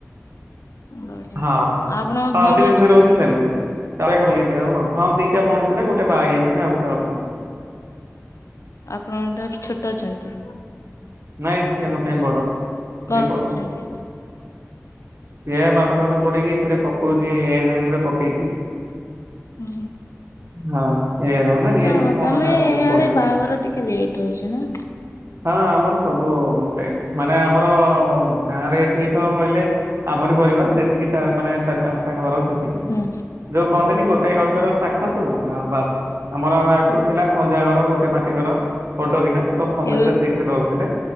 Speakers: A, on the left (about 75°); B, on the right (about 55°).
A: ବଢିଆ।
B: ହଁ,
A: ଆପଣଙ୍କ
B: ହଁ
A: ଭଉଣୀ
B: ସେ ଯେମିତି
A: ଅଛି
B: ରହୁଚି ସେମତି। ତାହେଲେ <unintelligible> ହଁ ଦିଟା ଭଉଣୀ ଥିଲେ ଗୋଟେ ବାହାହେଇ ଯାଇଛନ୍ତି ଆଉ ଗୋଟେ ଅଛନ
A: ଆପଣଙ୍କ ଠାରୁ ଛୋଟ ଅଛନ୍ତି?
B: ନାଇଁ ସେ ମୋ ଠୁ ବଡ
A: କଣ
B: ଦୁଇ ବର୍ଷ।
A: କରିଛନ୍ତି ଏବେ?
B: ଏହା ପାଠ ଫାଠ ପଢେଇକି ଏଥିରେ ପକୋଉଚି ଏ ନ ଏମ ରେ ପକେଇଚି।
A: ହୁଁ।
B: ହଁ ଏ ଏନ୍ ଏମ୍ ନା ଜି
A: ତମର
B: ଏନ୍ ଏମ୍ କଣ
A: ତମେ
B: ହେଟା
A: ଇଆଡେ
B: କୋଉଠି କହୁଛନ୍ତି
A: ବାହାଘର ଟିକେ ଲେଟ୍ ହୋଉଚି ନା।
B: ହଁ ଆମର ସବୁ ଲେଟ, ମାନେ ଆମର ଗାଁରେ ଏଠି ତ କହିଲେ। ଆମରି ପରିବାର ଯେତିକି ଚା ମାନେ ଚାରି ପାଞ୍ଚଟା ଘର ସେତିକି।
A: ହୁଁ।
B: ଯୋଉ କହନ୍ତିନି ଗୋଟେ ଗଛର ଶାଖା ସବୁ ହଁ ବାସ ଆମର ଆଠୁ ଥିଲା। ଖଞ୍ଜା ଘର ଗୋଟେ ମାଟି ଘର ବଡ କିିନା ତ ସମସ୍ତେ
A: ଏବେ
B: ସେଇଠାରେ ରହୁଥିଲେ।